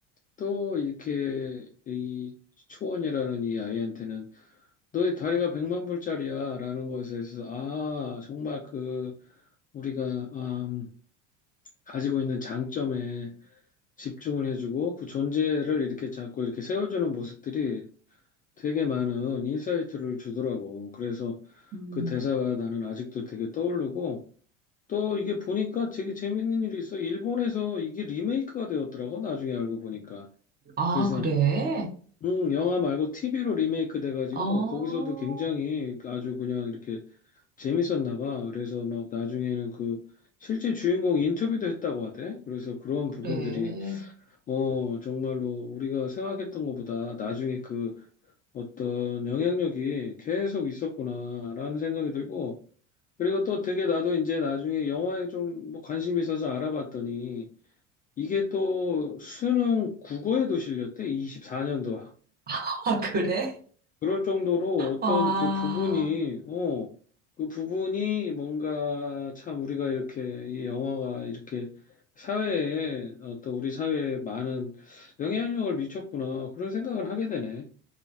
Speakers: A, on the left (about 25°); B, on the right (about 25°).
A: 또 이렇게 이 초원이라는 이 아이한테는 너의 다리가 백만 불짜리야라는 것에 대해서 아, 정말 그 우리가 아, 음, 가지고 있는 장점에 집중을 해주고 그 존재를 이렇게 자꾸 이렇게 세워주는 모습들이 되게 많은 인사이트를 주더라고. 그래서
B: 음.
A: 그 대사가 나는 아직도 되게 떠오르고 또 이게 보니까 되게 재밌는 일이 있어. 일본에서 이게 리메이크가 되었더라고. 나중에 알고 보니까.
B: 아,
A: 그래서
B: 그래?
A: 음, 영화 말고 TV로 리메이크 돼가지고
B: 어,
A: 거기서도 굉장히 아주 그냥 이렇게 재밌었나 봐. 그래서 막 나중에는 그 실제 주인공 인터뷰도 했다고 하대. 그래서 그런
B: 그래.
A: 부분들이 어, 정말로 우리가 생각했던 것보다 나중에 그 어떤 영향력이 계속 있었구나라는 생각이 들고, 그리고 또 되게 나도 이제 나중에 영화에 좀 뭐 관심이 있어서 알아봤더니, 이게 또 수능 국어에도 실렸대, 24년도.
B: <laughs> 아, 그래?
A: 그럴 정도로 어떤
B: 와.
A: 그 부분이, 어, 그 부분이 뭔가 참 우리가 이렇게 이 영화가 이렇게 사회에 어떤 우리 사회에 많은 영향력을 미쳤구나. 그런 생각을 하게 되네.